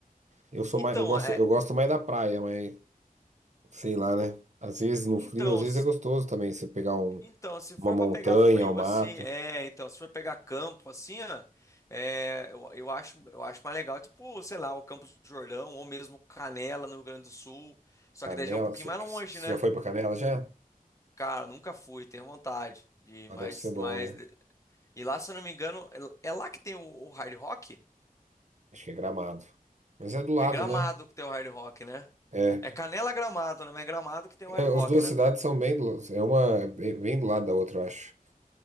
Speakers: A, on the right; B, on the left.
A: Eu sou
B: Então,
A: mais, eu gosto,
B: é,
A: eu gosto mais da praia, mas sei lá, né? Às vezes no
B: então...
A: frio, às vezes é gostoso também você pegar um-
B: Então, se
A: uma
B: for
A: montanha,
B: para pegar frio
A: um mato,
B: assim, é, então, se for pegar campo assim, ó, é, eu, eu acho, eu acho mais legal, tipo, sei lá, o Campos do Jordão ou mesmo Canela no Rio Grande do Sul, só
A: Canela.
B: que daí já é um pouquinho
A: Você
B: mais longe,
A: você
B: né?
A: já foi pra Canela já?
B: Cara, nunca fui, tenho vontade de,
A: Ah,
B: mas,
A: deve ser bom,
B: mas
A: né?
B: e lá, se eu não me engano, é lá é lá que tem o, o Hard Rock?
A: Acho que é Gramado. Mas é do lado,
B: É Gramado
A: né?
B: que tem o Hard Rock, né?
A: É.
B: É Canela Gramado, né? Mas é Gramado que tem o Hard
A: É,
B: Rock,
A: as duas
B: né?
A: cidades são bem do, é uma é bem bem do lado da outra, eu acho.